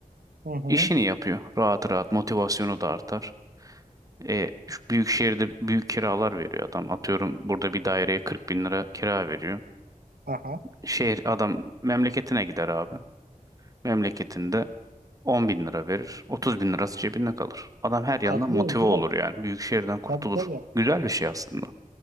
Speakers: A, on the right; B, on the right.
A: Hı hı.
B: işini yapıyor rahat rahat motivasyonu da artar. E, şu büyük şehirde büyük kiralar veriyor adam. Atıyorum burada bir daireye 40 bin lira kira veriyor.
A: Aha.
B: Şehir adam memleketine gider abi. Memleketinde 10 bin lira verir. 30 bin lirası cebinde kalır. Adam her yandan
A: Katılıyorum
B: motive
A: canım.
B: olur yani. Büyük şehirden kurtulur.
A: Tabii tabii.
B: Güzel bir şey aslında.